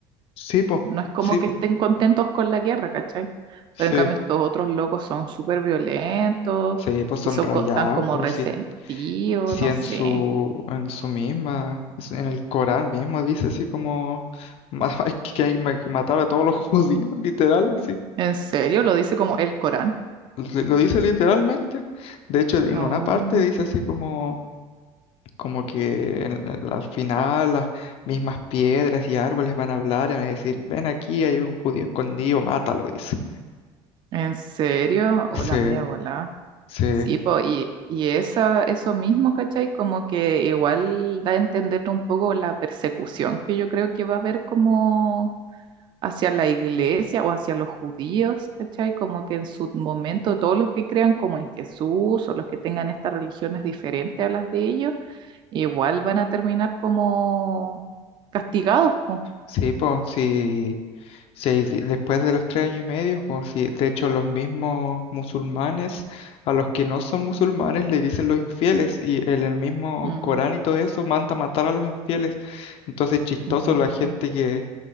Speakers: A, on the left; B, on the right.
A: Sí, po,
B: No es como
A: sí,
B: que
A: po,
B: estén contentos con la guerra, ¿cachai?
A: sí.
B: Pero en cambio estos otros locos son súper violentos
A: Sí, pues son
B: y son
A: rayados,
B: co- tan como
A: pues
B: resentidos,
A: sí, sí
B: no
A: en
B: sé.
A: su, en su misma, en el Corán mismo dice así como ma- <laughs> hay que, que hay ma- que matar a todos los judíos, <laughs> literal, así.
B: ¿En serio? Lo dice como el Corán.
A: Lo lo dice literalmente. De hecho, en
B: Oh,
A: una parte dice así como, como que en- en- al final las mismas piedras y árboles van a hablar y van a decir, ven aquí, hay un judío escondido, mátalo, dice.
B: ¿en serio? Hola,
A: Sí,
B: media volá.
A: sí.
B: Sí, po, y, y esa, eso mismo, ¿cachai? Como que igual da a entender un poco la persecución que yo creo que va a haber como hacia la iglesia o hacia los judíos, ¿cachai? Como que en su momento todos los que crean como en Jesús o los que tengan estas religiones diferentes a las de ellos, igual van a terminar como castigados, po.
A: Sí, pues, sí, sí, di- después de los tres años y medio, pues, sí, de hecho, los mismos musulmanes, a los que no son musulmanes, le dicen los infieles, y en el mismo
B: Mm,
A: Corán y todo eso manda matar a los infieles. Entonces, chistoso,
B: mm,
A: la gente
B: mm.
A: que,